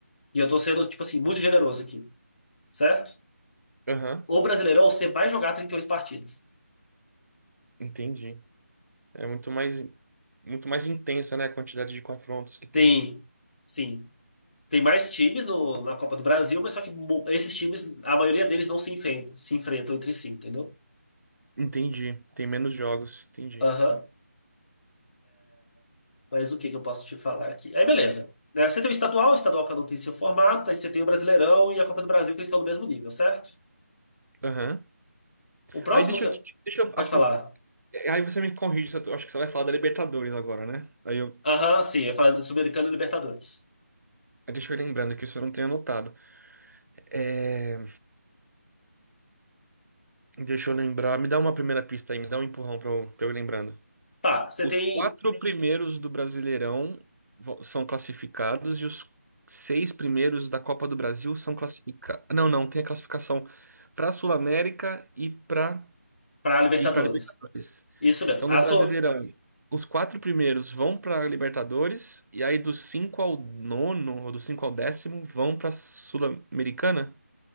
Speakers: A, on the left; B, on the right.
A: E eu tô sendo, tipo assim, muito generoso aqui, certo?
B: Aham,
A: O Brasileirão, você vai jogar 38 partidas.
B: entendi. É muito mais, muito mais intensa, né, a quantidade de confrontos que tem.
A: Tem, sim, tem mais times no- na Copa do Brasil, mas só que mo- esses times, a maioria deles não se enfrentam, se enfrentam entre si, entendeu?
B: Entendi. Tem menos jogos. Entendi.
A: Aham. Mas o que que eu posso te falar aqui? Aí, beleza. Né, Você tem o estadual, o estadual que eu não tem seu formato, aí você tem o Brasileirão e a Copa do Brasil, que eles estão no mesmo nível, certo?
B: Aham.
A: O próximo
B: Aí deixa
A: que.
B: eu.
A: eu-
B: te- Deixa eu
A: Pode
B: apun-
A: falar.
B: Aí você me corrige, se eu tô- acho que você vai falar da Libertadores agora, né? Aí eu.
A: Aham, sim, eu ia falar do Sul-Americano e Libertadores.
B: aí Deixa eu ir lembrando que isso eu não tenho anotado. É, Deixa eu lembrar. Me dá uma primeira pista aí, me dá um empurrão pra eu, pra eu ir lembrando.
A: Tá, você
B: Os
A: tem
B: quatro primeiros do Brasileirão vo- são classificados e os seis primeiros da Copa do Brasil são classificados. Não, não, tem a classificação pra Sul-América e pra
A: para Libertadores.
B: e para Libertadores.
A: Isso mesmo.
B: Então, no
A: A
B: Brasileirão,
A: Sul-
B: os quatro primeiros vão para Libertadores, e aí do 5 ao nono, ou do 5 ao décimo, vão para Sul-Americana?